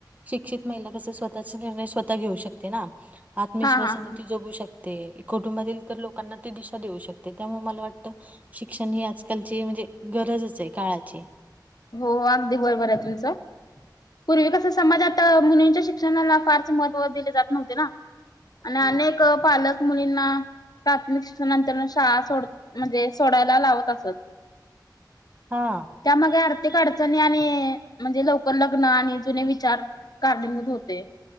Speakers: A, on the right; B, on the left.
A: शिक्षित महिला कसं स्वतःच निर्णय स्वतः घेऊ शकते ना. आत्मविश्वासाने
B: हा हा हा
A: ती जगू शकते. कुटुंबातील इतर लोकांना ती दिशा देऊ शकते, त्यामुळे मला वाटतं. शिक्षण ही आजकालची म्हणजे गरजच ये काळाची.
B: हो अगदी बरोबर ये तुमचं, पूर्वी कस समाजात मुलींच्या शिक शिक्षणाला फारसे महत्व दिले जात नव्हते ना. आणि
A: हो
B: आनेक पालक मुलींना प्राथमिक शिक्षणा नंतर शाळा सोड म्हणजे सोडायला लावत असतात.
A: हा हा
B: त्यामागे आर्थिक अडचणी आणि म्हणजे लवकर लग्न आणि जुने विचार कारलभुत होते